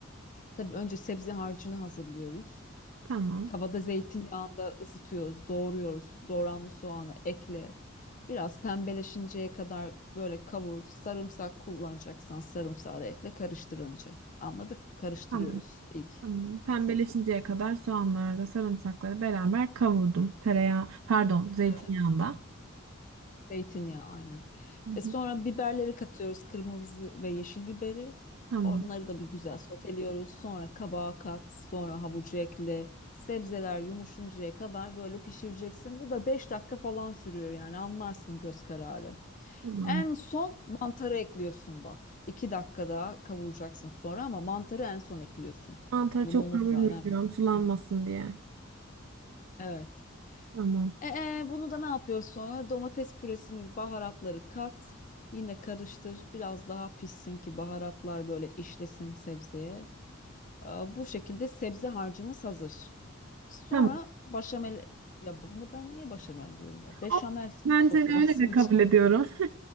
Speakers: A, on the left; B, on the right.
A: Tabii önce sebze harcını hazırlıyoruz.
B: Tamam.
A: Tavada zeytinyağında ısıtıyoruz, doğruyoruz. Doğranmış soğanı ekle. Biraz pembeleşinceye kadar böyle kavur. Sarımsak kullanacaksan sarımsağı da ekle. Karıştır önce. Anladık mı? Karıştırıyoruz
B: Tamam.
A: ilk.
B: Tamam. Pembeleşinceye
A: Klasik.
B: kadar soğanlarla sarımsakları beraber kavurdum. Tereyağı, pardon, zeytinyağında.
A: Evet. Zeytinyağı aynen.
B: Hı
A: E sonra
B: hı.
A: biberleri katıyoruz. Kırmızı ve yeşil biberi.
B: Tamam.
A: Onları da bir güzel soteliyoruz. Sonra kabağa kat, sonra havucu ekle. Sebzeler yumuşuncaya kadar böyle pişireceksin. Bu da 5 dakika falan sürüyor yani anlarsın göz kararı.
B: Tamam.
A: En son mantarı ekliyorsun bak. iki dakika daha kavuracaksın sonra ama mantarı en son ekliyorsun.
B: Mantarı
A: Bunu
B: çok
A: unutma
B: kavurmayacağım
A: önemli.
B: sulanmasın diye.
A: Evet.
B: Tamam.
A: Ee, bunu da ne yapıyorsun? sonra? Domates püresini, baharatları kat. Yine karıştır. Biraz daha pişsin ki baharatlar böyle işlesin sebzeye. Ee, bu şekilde sebze harcımız hazır. Sonra
B: Tamam.
A: başamel... Ya bu- ne ben niye başamel diyorum ya? Beşamel
B: Of, ben
A: sosu
B: seni
A: lazım
B: öyle de
A: için.
B: kabul ediyorum. <laughs>